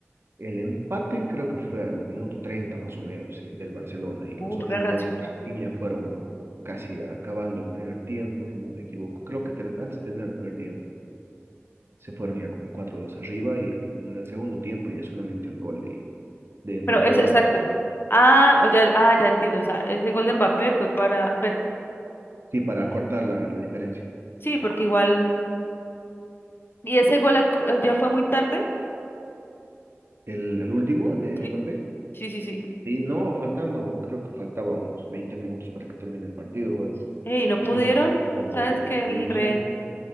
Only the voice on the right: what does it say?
El empate creo que fue al minuto 30 más o menos eh, del Barcelona y
los otros
goles de
Rafinha fueron casi acabando el primer tiempo, si no me equivoco. Creo que ter- antes de terminar el primer tiempo se fueron ya con el 4-2 arriba y en el segundo tiempo ya solamente el gol de, de Mbappé
para,
sí, para cortar la, la diferencia.
El, el último de
Mbappé,
sí, no, faltando, creo que faltaban unos 20 minutos para que termine el partido. Bueno, se
puso un poco más de,
de ilusión.